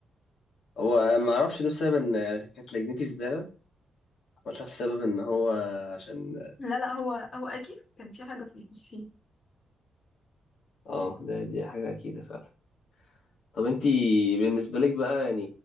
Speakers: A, on the left; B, on the left.
A: هو ما اعرفش ده بسبب ان كانت لجنتي زباله ولا بسبب ان هو عشان
B: لا لا هو هو اكيد كان في حاجه في الفصحية
A: اه آه، ده دي حاجه اكيده فعلا طب انتي بالنسبة لك بقى يعني